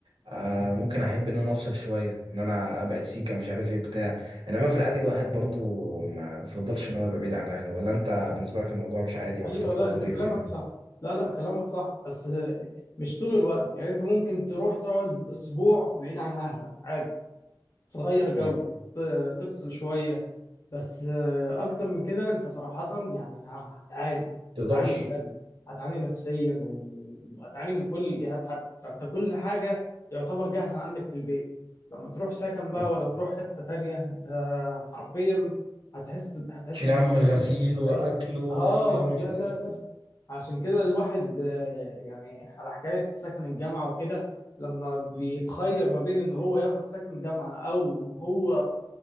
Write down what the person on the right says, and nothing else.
آه ممكن احب ان انا افصل شويه ان انا ابعد سيكه مش عارف ايه بتاع انما في العادي الواحد برضه ما بيفضلش ان هو يبقى بعيد عن اهله ولا انت بالنسبه لك الموضوع مش عادي ولا
انت تفضل
ايه في
اه
تقدرش
آه.
تشيل
هم غسيل
واكل وميه
ومش
عارف
ايه